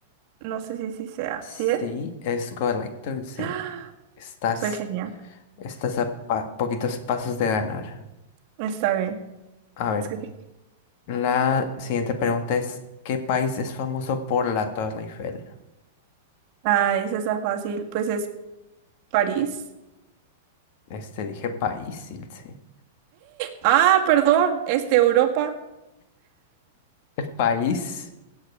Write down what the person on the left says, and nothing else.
Sí,
es correcto, el cero.
Estás,
estás a pa- poquitos pasos de ganar.
A ver,
la siguiente pregunta es, ¿qué país es famoso por la Torre Eiffel?
Este, dije país, Ilse.
¿País?